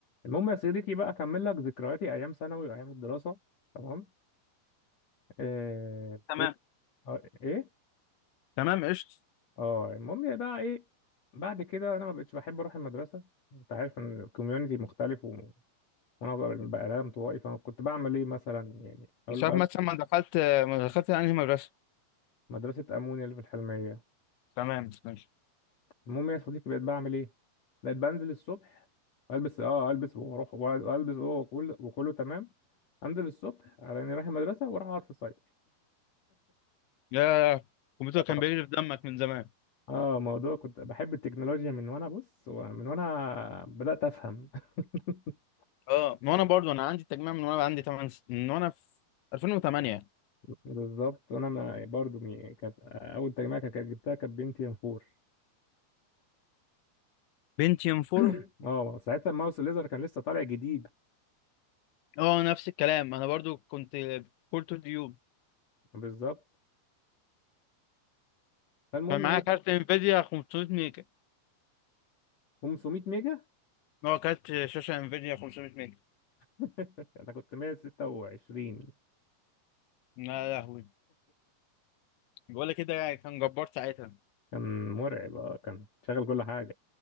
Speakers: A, on the left; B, on the left.
A: المهم يا صديقي بقى اكمل لك ذكرياتي ايام ثانوي وايام الدراسه تمام آه،
B: تمام
A: ايه آه، ايه
B: تمام قشطة
A: اه المهم بقى ايه بعد كده انا ما بقتش بحب اروح المدرسه انت عارف ان الكوميونتي مختلف و- وانا بقى بقى انا انطوائي فانا كنت بعمل ايه مثلا يعني اقول
B: مش عارف
A: أقول
B: مثلا ما دخلت ما دخلت انهي مدرسة
A: مدرسه امونيا اللي في الحلميه
B: تمام ماشي
A: المهم يا صديقي بقيت بعمل ايه بقيت بنزل الصبح البس اه البس واروح والبس وكله وكله تمام انزل الصبح على اني رايح المدرسه واروح اقعد في الصيف
B: يا الكمبيوتر
A: <laughs>
B: كان بيجري في دمك من زمان
A: اه موضوع كنت بحب التكنولوجيا من وانا بص من وانا بدأت افهم <laughs>
B: اه ما انا برضو انا عندي تجميع من وانا عندي 8 س- من وانا في 2008
A: بالظبط وانا ما برضو مي- كانت اول تجميع كانت جبتها كانت بنتي ام 4
B: بنتيوم 4
A: <clears throat> اه ساعتها الماوس الليزر كان لسه طالع جديد
B: اه نفس الكلام انا برضو كنت كور تو ديوب
A: بالظبط فالمهم
B: كان معايا
A: ايه بقى
B: كارت انفيديا 500 ميجا
A: 500 ميجا
B: هو كارت شاشة انفيديا 500 ميجا
A: <laughs> انا كنت 126
B: يا لهوي بقول لك كده يعني كان جبار ساعتها
A: كان مرعب اه كان شغل كل حاجه